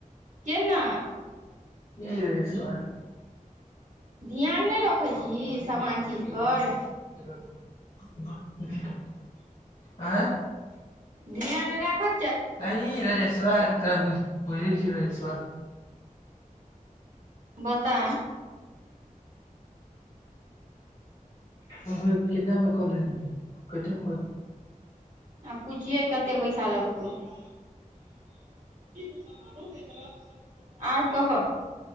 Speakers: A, on the right (about 60°); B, on the left (about 50°).
A: केना
B: ई हो छै आर
A: <inaudible> नहि रखै
B: <unintelligible>
A: छीही सामान चीज पर
B: आँ
A: ध्यान राखअ
B: अ ई रजेश बा तोरा बुझ बुझै छी रजेशबा
A: बता
B: ह कितना मे क लेलही केतेय म कऽ लेलही
A: आ पूछिये कते पैसा लगतो की मुसलमानो के खिलफ <unintelligible> आओर कहअ